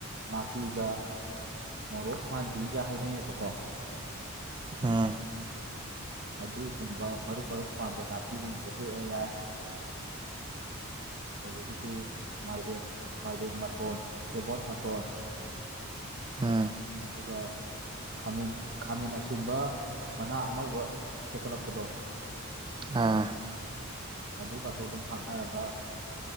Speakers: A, on the right; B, on the right.
A: ꯅꯥꯄꯤꯗ ꯃꯣꯔꯣꯛ ꯃꯥꯟꯕꯤꯒ ꯍꯥꯏꯅꯩꯌꯦꯕꯀꯣ꯫
B: ꯑ
A: ꯑꯗꯨꯒꯨꯝꯕ ꯃꯔꯨꯝ-ꯃꯔꯨꯝ ꯄꯥꯟꯕ ꯅꯥꯄꯤꯒꯨꯝꯕ ꯍꯦꯛꯑ ꯌꯥꯏ꯫ ꯑꯗꯨꯗꯒꯤꯗꯤ ꯃꯥꯏꯔꯦꯟ ꯃꯥꯏꯔꯦꯟ ꯃꯇꯣꯟ ꯁꯦꯕꯣꯠ ꯃꯇꯣꯟ
B: ꯑ
A: ꯑꯗꯨꯒ ꯈꯥꯃꯦꯟ ꯈꯥꯃꯦꯟ ꯑꯁꯤꯝꯕ ꯃꯅꯥ ꯑꯅꯧꯕ ꯊꯦꯛꯀꯠꯂꯛꯄꯗꯣ
B: ꯑ
A: ꯑꯗꯨꯒꯇꯣ ꯑꯗꯨꯝ ꯍꯥꯞꯅꯔꯒ